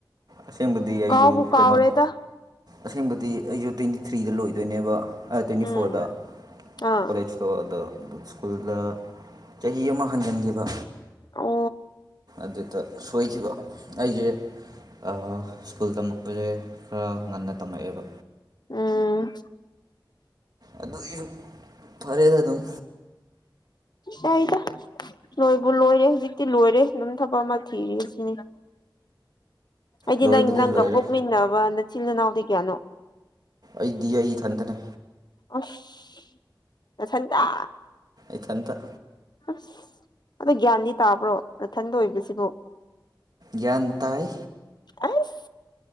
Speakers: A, on the right; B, on the left.
A: ꯑꯁꯦꯡꯕꯗꯤ ꯑꯩꯁꯨ
B: ꯀꯥꯎꯕꯨ ꯀꯥꯎꯔꯦꯗ
A: ꯀꯩꯅꯣ ꯑꯁꯦꯡꯕꯗꯤ ꯑꯩꯁꯨ ꯊ꯭ꯔꯤꯗ ꯂꯣꯏꯗꯣꯏꯅꯦꯕ ꯑꯩ ꯇ꯭ꯋꯦꯟꯇꯤ
B: ꯎꯝ
A: ꯐꯣꯔꯗ
B: ꯑꯥ
A: ꯀꯣꯂꯦꯖꯇꯣ ꯑꯗ ꯁ꯭ꯀꯨꯜ <unintelligible> ꯆꯍꯤ ꯑꯃ ꯍꯟꯖꯟꯈꯤꯕ꯫
B: ꯑꯣ
A: ꯑꯗꯨꯗ ꯁꯣꯏꯈꯤꯕ ꯑꯩꯖꯦ ꯑ ꯁ꯭ꯀꯨꯜ ꯇꯝꯃꯛꯄꯁꯦ ꯈꯔ ꯉꯟꯅ ꯇꯝꯃꯛꯑꯦꯕ
B: ꯎꯝ
A: ꯑꯗꯨꯏꯁꯨ ꯐꯔꯦꯗ ꯗꯨꯝ꯫
B: ꯌꯥꯏꯗ ꯂꯣꯏꯕꯨ ꯂꯣꯏꯔꯦ ꯍꯨꯖꯤꯛꯇꯤ ꯂꯣꯏꯔꯦ ꯗꯨꯝ ꯊꯕꯛ ꯑꯃ ꯊꯤꯔꯤ ꯁꯤꯅꯤ꯫ ꯑꯩꯗꯤ
A: ꯂꯣꯏꯕꯗꯤ
B: ꯅꯪ ꯅꯪꯒ
A: ꯂꯣꯏꯔꯦ
B: ꯄꯣꯛꯃꯤꯟꯅꯕ ꯅꯆꯤꯜ ꯏꯅꯥꯎꯗꯤ ꯀꯌꯥꯅꯣ?
A: ꯑꯩꯗꯤ ꯑꯩ ꯏꯊꯟꯗꯅꯦ꯫
B: ꯑꯁ ꯅꯊꯟꯇꯥ
A: ꯏꯊꯟꯇ꯫
B: ꯑꯁ ꯑꯗꯣ ꯒ꯭ꯌꯥꯟꯗꯤ ꯇꯥꯕ꯭ꯔꯣ ꯅꯊꯟꯗ ꯑꯣꯏꯕꯁꯤꯕꯨ?
A: ꯒ꯭ꯥꯟꯇꯥꯏ꯫
B: ꯑꯁ